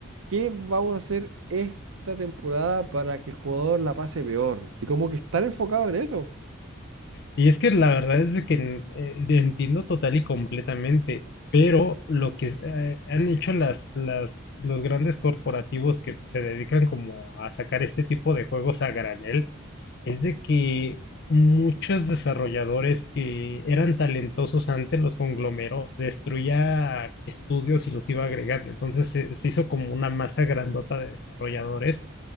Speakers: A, on the right; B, on the left.
A: ¿qué vamos a hacer esta temporada para que el jugador la pase peor? Y como que están enfocados en eso.
B: Y es que la verdad es de que eh, entiendo total y completamente, pero lo que es- eh, han hecho las, las, los grandes corporativos que se dedican como a sacar este tipo de juegos a granel, es de que muchos desarrolladores que eran talentosos antes los conglomeró, destruía estudios y los iba agregando. Entonces se, se hizo como una masa grandota de desarrolladores